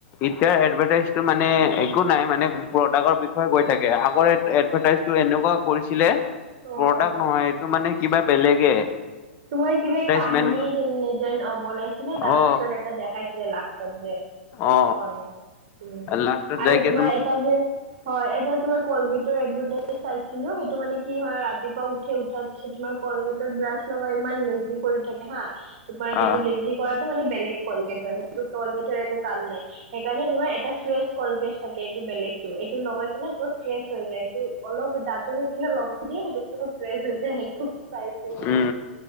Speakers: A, on the left; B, on the right.
A: এতিয়া এডভাৰ্টাইজটো মানে একো নাই মানে প্ৰডাক্টৰ বিষয়ে কৈ থাকে, আগৰ এড এডভাৰ্টাইজটো এনেকুৱা কৰিছিলে
B: অঁ
A: প্ৰডাক্ট
B: অঁ
A: নহয় এইটো মানে কিবা বেলেগে।
B: তোমাৰ কিবা
A: এডভাৰটাইজমেণ্ট
B: কাহিনী যেন অ বনাইছিলে তাৰ
A: অ
B: পিছত এটা দেখাইছিলে লাষ্টত যে -
A: অ
B: হয়, উম
A: লাষ্টত
B: আৰু
A: যাইকে
B: তোমাৰ এটা যে - হয়, এটা তোমাৰ কলগেটৰ এডভাৰ্টাইজ চাইছিলো সেইটো মানে কি হয় ৰাতিপুৱা উঠে উঠাৰ তোমাৰ কলগেটত ব্ৰাছ লগাই ইমান লেজি কৰি থাকে হা তোমাৰ সেইটো
A: আহ
B: লেজি - কৰাটো মানে বেলেগ কলগেট হয়, সেইটো কলগেটৰ একো কাম নাই, সেইকাৰণে তোমাৰ এটা ফ্ৰেছ কলগেট থাকে এইটো বেলেগটো এইটো লগাই কিনে পোৰা ফ্ৰেছ হৈ যায় এইটো অলপ দাঁত- টো নিচিনা লগাই দিয়ে সেইটোত বহুত ফ্ৰেছ হৈ যায়, সেইটো চাইছো।
A: উম